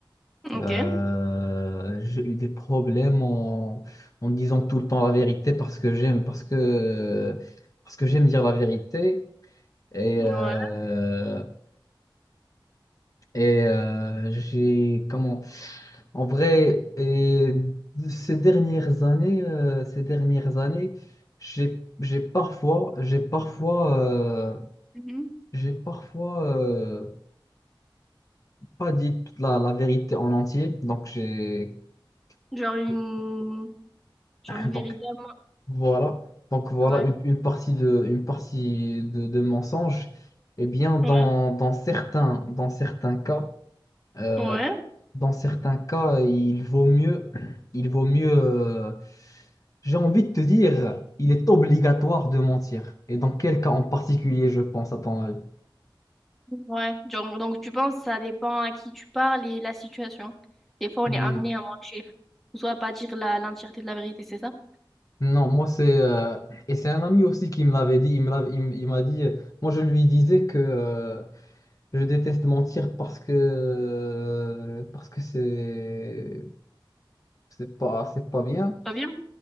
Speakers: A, in the centre; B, on the left.
A: Ok,
B: Euh, j'ai eu des problèmes en, en disant tout le temps la vérité parce que j'aime, parce que, parce que j'aime dire la vérité. Et,
A: ouais.
B: euh, et euh, j'ai, comment, en vrai, et ces dernières années, euh, ces dernières années, j'ai, j'ai parfois, j'ai parfois, euh,
A: Mhm.
B: j'ai parfois euh, pas dit toute la, la vérité en entier. Donc, j'ai,
A: Genre une...
B: <clears throat>
A: Genre une
B: donc,
A: vérité à moi.
B: Voilà. Donc voilà
A: Ouais,
B: une, une partie de, une partie de, de mensonge. Eh bien, dans,
A: ouais,
B: dans certains, dans certains cas, euh,
A: ouais.
B: dans certains cas, il vaut mieux, il vaut mieux, euh, j'ai envie de te dire, il est obligatoire de mentir. Et dans quel cas en particulier, je pense, à ton avis?
A: Ouais, genre, donc tu penses que ça dépend à qui tu parles et la situation. Des fois, on
B: Hmm,
A: est amené à mentir, ou soit à pas dire la, l'entièreté de la vérité, c'est ça?
B: Non, moi c'est euh, et c'est un ami aussi qui me l'avait dit. Il me l'avait- il m- il m'a dit. euh, moi je lui disais que euh, Je déteste mentir parce que euh, parce que c'est c'est pas c'est pas bien
A: Pas bien?